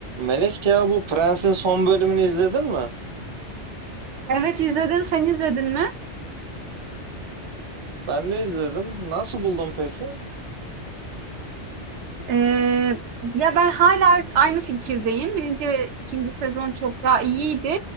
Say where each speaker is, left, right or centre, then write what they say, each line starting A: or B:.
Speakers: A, on the right; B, on the right.
A: Melek ya bu Prens'in son bölümünü izledin mi?
B: Evet izledim. Sen izledin mi?
A: Ben de izledim. Nasıl buldun peki?
B: Ee, ya ben hala aynı fikirdeyim. Birinci ve ikinci sezon çok daha iyiydi.